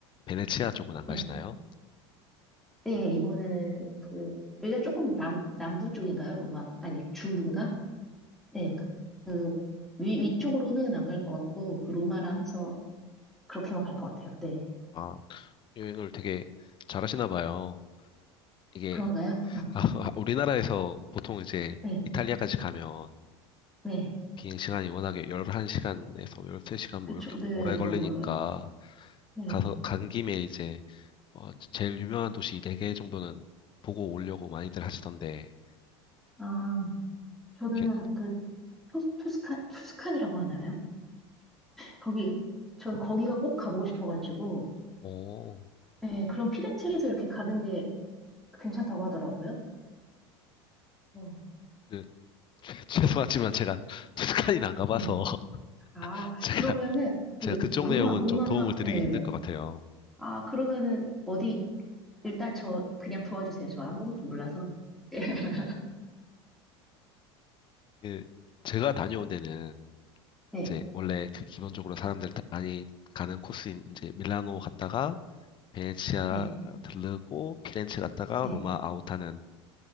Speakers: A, on the left (about 35°); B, in the centre.
A: 베네치아 쪽은 안
B: 네,
A: 가시나요?
B: 네, 이번에는 그, 여기가 조금 남, 남부 쪽인가요? 로마, 아니, 중부인가? 네, 그, 위, 위쪽으로는 안 갈 것 같고, 그 로마랑 해서 그렇게만 갈 것 같아요. 네.
A: 아, 여행을 되게 잘하시나 봐요. 이게,
B: 그런가요?
A: <laughs> 아, 우리나라에서 보통 이제
B: 네,
A: 이탈리아까지 가면
B: 네.
A: 비행 시간이 워낙에 11시간에서 13시간 뭐
B: 그쵸.
A: 이렇게
B: 네,
A: 오래 걸리니까
B: 너무 멀어요. 네.
A: 가서 간 김에 이제 어, 제일 유명한 도시 네 개 정도는 보고 오려고 많이들 하시던데
B: 아, 저는
A: 이렇게
B: 그, 투, 투스칸, 투스칸이라고 하나요? 거기, 전 거기가 꼭 가보고 싶어가지고,
A: 어,
B: 네, 그런 피렌체에서 이렇게 가는 게 괜찮다고 하더라고요. 어,
A: 그 <laughs> 죄송하지만 제가 <laughs> 투스칸이나 안 가봐서
B: 네. 아,
A: <laughs> 제가
B: 그러면은,
A: 제가
B: 그,
A: 그쪽
B: 로마,
A: 내용은
B: 로마,
A: 좀 도움을 드리기
B: 예.
A: 힘들 것 같아요.
B: 아, 그러면은, 어디, 일단 저, 그냥 도와주세요. 저 아무것도 몰라서. <laughs>
A: 그 제가 다녀온 데는
B: 네,
A: 이제 원래 그 기본적으로 사람들 다 많이 가는 코스인 이제 밀라노 갔다가 베네치아
B: 네,
A: 들르고 피렌체 갔다가
B: 네.
A: 로마 아웃하는